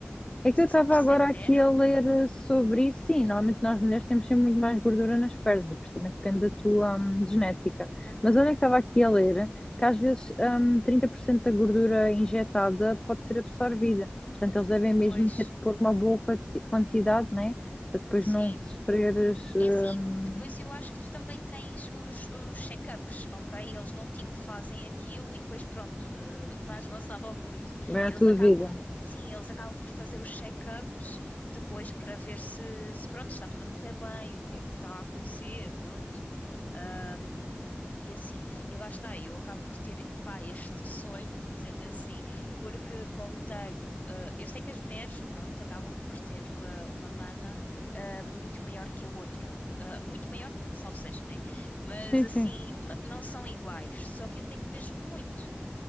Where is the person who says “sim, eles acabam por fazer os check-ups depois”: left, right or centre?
Left